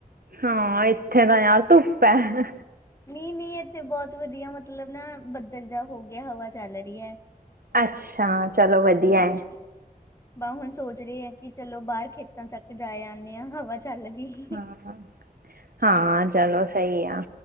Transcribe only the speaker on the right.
ਹਾਂ! ਇੱਥੇ ਤਾਂ ਯਾਰ ਧੁੱਪ ਹੈ।
ਅੱਛਾ, ਚਲੋ ਵਦੀਐ।
ਹਾਂ-ਹਾਂ-ਹਾਂ ਚਲੋ ਸਈ ਆ।